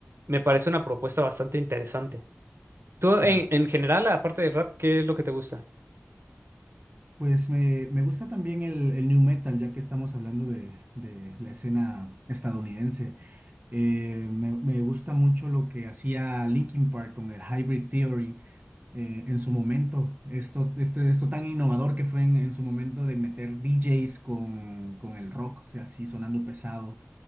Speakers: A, on the right; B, on the right.
A: me parece una propuesta bastante interesante. Tú, en,
B: claro.
A: en general, aparte del rap, ¿qué es lo que te gusta?
B: Pues me, me gusta también el, el new metal, ya que estamos hablando de, de la escena estadounidense. Eh, me, me gusta mucho lo que hacía Linkin Park con el Hybrid Theory eh, en su momento. Esto, este- esto tan innovador que fue en, en su momento de meter DJs con, con el rock así sonando pesado.